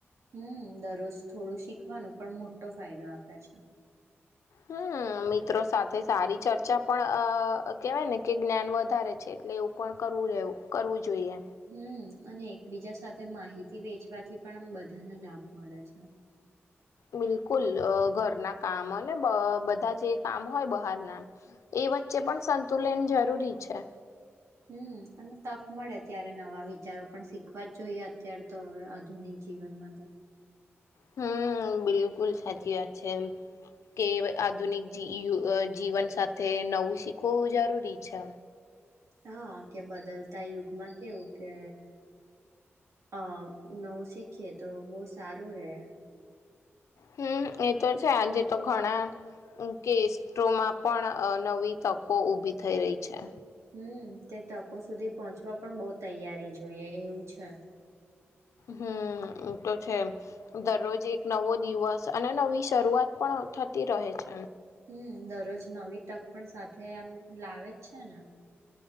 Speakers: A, on the right (about 70°); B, on the left (about 80°).
A: હમ દરરોજ થોડું શીખવાનું પણ મોટો ફાયદો આપે છે.
B: હમ મિત્રો સાથે સારી ચર્ચા પણ અ કેવાય ને કે જ્ઞાન વધારે છે. એટલે એવું પણ કરવું રહેવું કરવું જોઈએ.
A: હમ અને એકબીજા સાથે માહિતી વેચવાથી પણ આમ બધાને લાભ મળે છે. <inaudible>
B: બિલકુલ ઘરના કામ અને બધા જે કામ હોય બહારના. એ વચ્ચે પણ સંતુલન જરૂરી છે.
A: હમ અને તક મળે ત્યારે નવા વિચારો પણ શીખવા જ જોઈએ અત્યારે તો હવે આધુનિક. જીવનમાં તો.
B: હમ બિલકુલ સાચી વા છે. કે આધુનિક જીવન સાથે નવું શીખવવું જરૂરી છે.
A: હા કે બદલતા યુગમાં કેવું કે. અ નવ શીખએ તો બહ સારું રહે.
B: હમ એ તો છે આજે તો ઘણા. કેસ્ટોમાં પણ નવી તકો ઉઊભી થઈ રહી છે.
A: હમ તે તકો સુધી પહોંચવા પણ બહ તૈયારી જોઈએ એવું છે.
B: હમ તો છે દરરોજ એક નવો દિવસ અને નવી શરૂઆત પણ. થતી રહે છે.
A: હમ દરરોજ નવી તક પણ સાથે આમ લાવે જ છે ને.